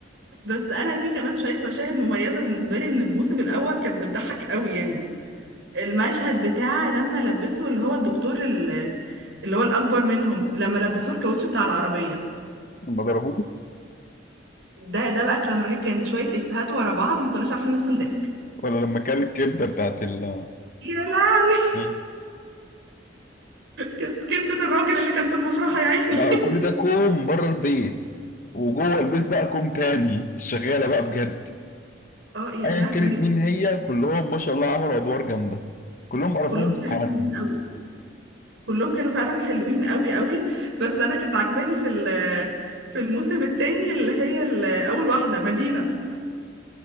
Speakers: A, on the right; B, on the left.
A: بس انا في كمان شويه مشاهد مميزه بالنسبه لي من الموسم الاول كانت بتضحك قوي يعني المشهد بتاع لما لبسوا اللي هو الدكتور ال- اللي هو الاكبر منهم لما لبسوه الكاوتش بتاع العربيه
B: لما ضربوه
A: ده ده بقى كان رهيب كان شويه افيهات ورا بعض ما كناش عارفين نفصل ضحك
B: ولا لما كل الكبدة بتاعت ال
A: يا لهوي
B: مين؟
A: كانت كبده الراجل اللي كان في المشرحه يا عيني
B: لا وكل ده كوم بره البيت وجوه البيت بقى كوم تاني الشغالة بقى بجد
A: <laughs> اه يا
B: أيا
A: لهوي
B: كانت مين هي كلهم ما شاء الله عملوا أدوار جامدة كلهم قرفوهم
A: كلهم
B: في
A: كانوا
B: حياتهم
A: حلوين قوي كلهم كانوا فعلا حلوين قوي قوي بس انا كانت عجباني في ال- في الموسم التاني اللي هي ال- اول واحده مدينه